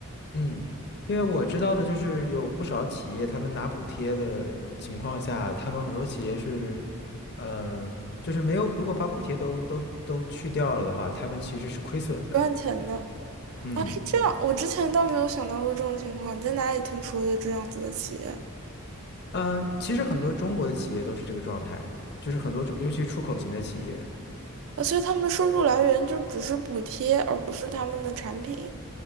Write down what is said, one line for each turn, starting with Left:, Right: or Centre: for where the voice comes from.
Left: 嗯，因为我知道的就是有不少企业，他们拿补贴的情况下，他们很多企业是。嗯，就是没有，如果把补贴都都都去掉了的话，他们其实是亏损的。
Right: 不赚钱的
Left: 嗯，
Right: 啊，是这样，我之前倒没有想到过这种情况，你在哪里听说的这样子的企业
Left: 呃，其实很多中国的企业都是这个状态，就是很多中，尤其出口型的企业，
Right: 啊？所以他们的收入来源就只是补贴，而不是他们的产品。